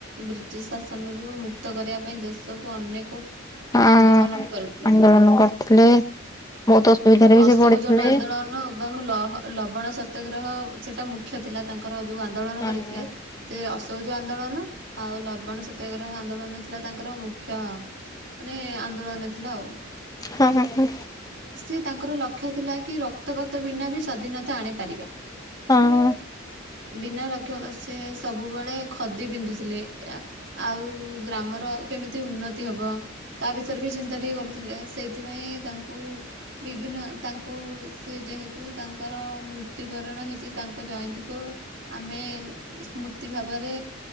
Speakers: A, on the right (about 60°); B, on the left (about 20°).
A: ବ୍ରିଟିଶ ଶାସନରୁୁ ମୁକ୍ତ କରିବା ପାଇଁ ଦେଶ କୁ ଅନେକ
B: ହଁ
A: ଆନ୍ଦୋଳନ ବି କରିଥିଲେ।
B: ଆନ୍ଦୋଳନ କରିଥିଲେ ବହୁତ ଅସୁବିଧାରେ ବି
A: ଅଶୋକ
B: ସେ ପଡିଥିଲେ।
A: ଜନ ଆନ୍ଦୋଳନ ଏବଂ ଲ ଲବଣ ସତ୍ୟାଗ୍ରହ ସେଟା ମୁଖ୍ୟ ଥିଲା ତାଙ୍କର ଯୋଉ ଆନ୍ଦୋଳନ
B: ହଁ
A: କରିଥିଲେ ସେ ଅ ଉ ଆନ୍ଦୋଳନ ଆଉ ଲବଣ ସତ୍ୟାଗ୍ରହ ଆନ୍ଦୋଳନ ଥିଲା ତାଙ୍କର ମୁଖ୍ୟ ମାନେ ଆନ୍ଦୋଳନ ଥିଲା ଆଉ
B: ହଁ
A: ସେ ତାଙ୍କର ଲକ୍ଷ୍ୟ ଥିଲା କି ର ଗତ ବିନା ବି ସ୍ୱାଧୀନତା ଆଣିପାରିବା।
B: ହଁ
A: ବିନା ଲକ୍ଷ ସେ ସବୁବେଳେ ଖଦି ପିନ୍ଧୁଥିଲେ ଏ ଆଉ ଗ୍ରାମର କେମ ତି ଉନ୍ନତି ହବ ତା ବିଷୟରେ ବି ଚିନ୍ତା ଟିକେ କରୁଥିଲେ ସେଇଥିପାଇଁ ତାଙ୍କୁ ବିଭିନ୍ନ ତାଙ୍କୁ ସେ ଯେହେତୁ ତାଙ୍କର ମୃତ୍ୟୁବରଣ ହେଇଛି ତାଙ୍କ ଜୟନ୍ତୀକୁ ଆମେ ଆମେ ସ୍ମୃତି ଭାବରେ